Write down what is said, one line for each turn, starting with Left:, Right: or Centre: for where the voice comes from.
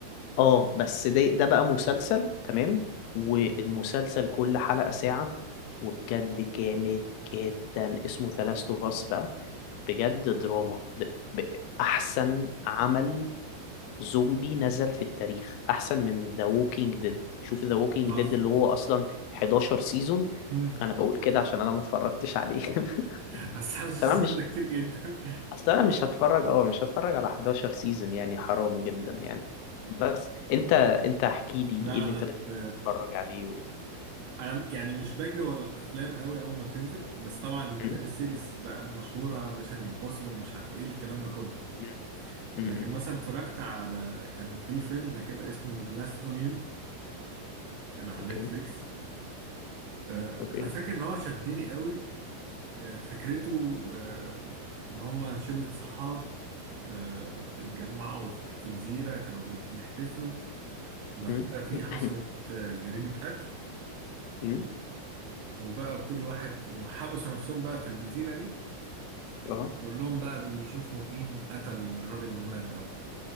Left: اه بس ده ده بقى مسلسل تمام والمسلسل كل حلقة ساعة وبجد جامد جدا اسمه ذا لاست اوف اس بقى بجد دراما د- ب- احسن عمل زومبي نزل في التاريخ احسن من ذا ووكينج ديد شوف ذا ووكينج
Right: بتهزر
Left: ديد اللي هو اصلا 11 سيزون
Right: مم.
Left: انا بقول كده عشان انا ما اتفرجتش عليه <laughs>
Right: <laughs> بس 25
Left: تمام
Right: سيزون ده كتير جدا
Left: اصل انا مش هتفرج اه مش هتفرج على 11 سيزون يعني حرام جدا يعني بس انت انت احكي
Right: <laughs>
Left: لي
Right: لا
Left: ايه اللي
Right: انا
Left: انت بتحب
Right: ت...
Left: تتفرج عليه و...
Right: انا يعني مش بجري ورا الافلام قوي اول ما بتنزل بس طبعا
Left: م?
Right: غير السيريز بقى المشهوره ميشن امبوسيبل مش عارف ايه الكلام ده كله
Left: م- م-
Right: لكن
Left: م.
Right: مثلا اتفرجت على كان في فيلم كده اسمه جلاس اونيون كان على
Left: اوكي
Right: نتفليكس آه،
Left: اوكي
Right: انا فاكر ان هو شدني قوي آه، فكرته آه، ان هما شلة صحاب آه، اتجمعوا في في جزيرة كانوا بي- بيحتفلوا وبعد
Left: م?
Right: كده في
Left: <coughs>
Right: حصلت آه، جريمة قتل
Left: م?
Right: وبقى كل واحد وحبسوا نفسهم بقى في الجزيرة دي
Left: اه
Right: كلهم بقى بيشوفوا مين قتل الراجل اللي مات دوت